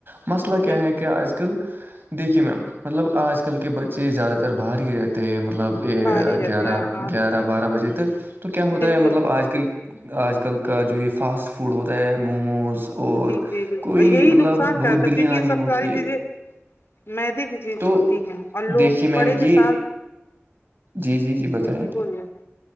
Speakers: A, on the right; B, on the left.
A: مسئلہ کیا
B: جی
A: ہے کہ آج کل کل دیکھیے میم مطلب آج کل کے بچے زیادہ تر باہر ہی رہتے ہیں مطلب یہ
B: باہر ہی رہتے
A: گیارہ
B: ہیں آپ
A: گیارہ بارہ بجے تو کیا ہوتا
B: بالکل
A: ہے مطلب آج کل آج کل کا جو یہ فاسٹ فوڈ ہوتا ہے موموز اور
B: جی جی بالکل
A: کوئی
B: یہی
A: مطلب
B: نقصان
A: بہت
B: کا تھا
A: بریانی
B: کیونکہ یہ سب
A: ہوتی
B: ساری
A: ہے
B: چیزیں مدی کی چیز
A: تو
B: ہوتی ہیں اور لوگ
A: دیکھیے میم
B: پڑے کے
A: یہ
B: ساتھ
A: جی جی بتائیں
B: ج جی بولے